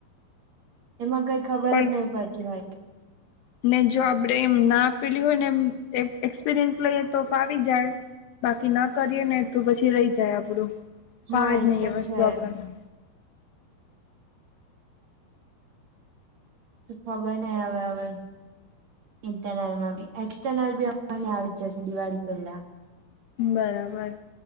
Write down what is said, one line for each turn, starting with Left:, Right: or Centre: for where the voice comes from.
Right: એમાં કંઈ ખબર
Left: પણ
Right: જ નહીં પડતી હોય.
Left: ને જો આપડે એમ ના આપેલી હોય ને એમ એક એક્સપિરિયન્સ લઈએ તો ફાવી જાય. બાકી ના કરીએ ને તો પછી રહી જાય આપડું,
Right: હા
Left: ફાવે જ નહી
Right: તો
Left: એ વસ્તુ
Right: છે
Left: આપણામાં.
Right: તો ખબર નહીં હવે-હવે. ઇન્ટરનલ માં બી, એક્સટર્નલ બી અમારી આવી જશે દિવાળી પહેલા.
Left: બરાબર.